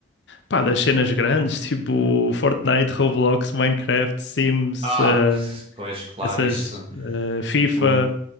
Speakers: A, on the left; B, on the right.
A: pá, das cenas grandes, <laughs> tipo Fortnite, Roblox, Minecraft, Sims,
B: Ah,
A: ah,
B: que- pois claro,
A: essas,
B: isso.
A: ah, FIFA,
B: O,